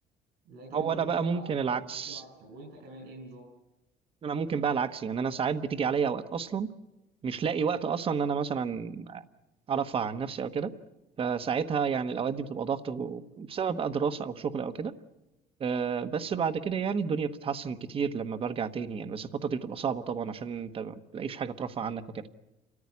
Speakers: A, on the right (about 80°); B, on the right (about 35°).
A: لكن
B: هو
A: البرمجه
B: انا بقى
A: بقى
B: ممكن العكس
A: مذاكره اكتر وانت كمان ايه نظام
B: انا ممكن بقى العكس يعني انا ساعات بتيجي عليا اوقات اصلا مش لاقي وقت اصلا ان انا مثلا ارفع عن نفسي او كده فساعتها يعني الاوقات دي بتبقى ضغط بسبب بقى دراسه او شغل او كده آه، بس بعد كده يعني الدنيا بتتحسن كتير لما برجع تاني يعني بس الفتره دي بتبقى صعبه طبعا عشان انت ما بتلاقيش حاجه ترفع عنك وكده